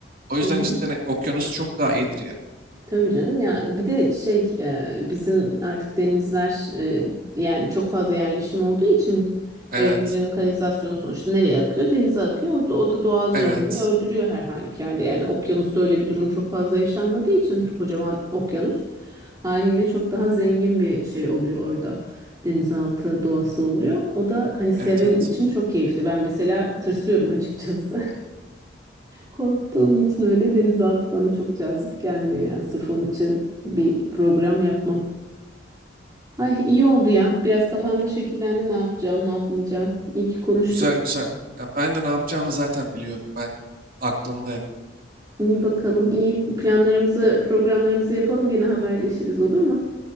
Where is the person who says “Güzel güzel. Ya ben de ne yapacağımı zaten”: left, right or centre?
Right